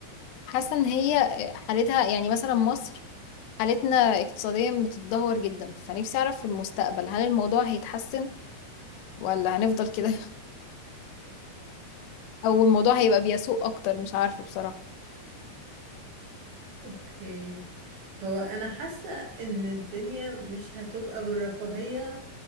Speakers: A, on the left; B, on the right.
A: حاسة ان هي حالتها يعني مثلا مصر حالتنا اقتصاديا بتتدهور جدا فنفسي اعرف في المستقبل هل الموضوع هيتحسن ولا هنفضل كده <laughs> او الموضوع هيبقى بيسوء اكتر مش عارفة بصراحة
B: اوكي هو انا حاسة ان الدنيا مش هتبقى بالرفاهية